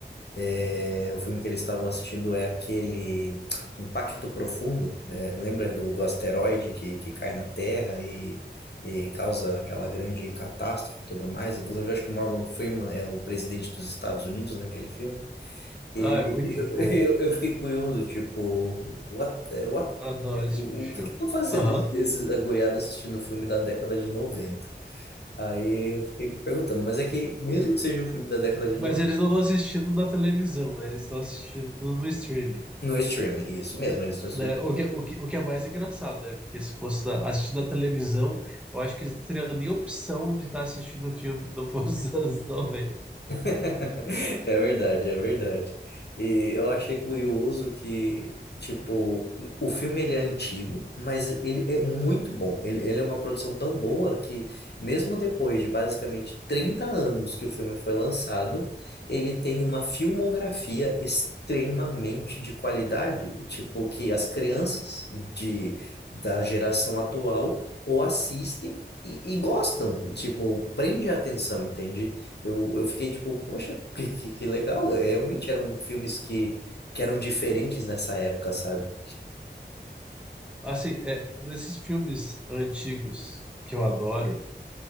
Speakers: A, on the left; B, in the centre.
A: É, o filme que eles estavam assistindo é aquele Impacto Profundo, né? Lembra do, do asteroide que, que cai na Terra e, e causa aquela grande catástrofe e tudo mais? Inclusive, eu acho que o Morgan Freeman é o presidente dos Estados Unidos naquele filme.
B: Ah,
A: E
B: é muito
A: e eu,
B: bom.
A: <laughs> eu, eu fiquei curioso, tipo, what, eh, what,
B: Adoro esse
A: o,
B: tipo de filme.
A: o que que estão fazendo
B: Aham.
A: esses aguriados assistindo o filme da década de noventa Aí eu fiquei me perguntando, mas é que mesmo que seja um filme da década de
B: Mas
A: noventa
B: eles não estão assistindo na televisão, né? Eles estão assistindo no streaming,
A: No streaming, isso mesmo, eles estão
B: né? O que, é, o que, o que é mais engraçado, né? Porque se fosse na, assistindo na televisão, eu acho que eles não teriam nem opção de estar assistindo um filme que não fosse dos anos 90.
A: <laughs> É verdade, é verdade. E eu achei curioso que, tipo, o filme ele é antigo, mas ele é muito bom. Ele, ele é uma produção tão boa que, mesmo depois de basicamente 30 anos que o filme foi lançado, ele tem uma filmografia extremamente de qualidade, tipo, que as crianças de, da geração atual ou assistem. E, e gostam, tipo, prende a atenção, entende? Eu, eu fiquei tipo, poxa, que, que, que legal. É, Realmente eram filmes que, que eram diferentes nessa época, sabe?
B: Assim, é, desses filmes antigos que eu adoro,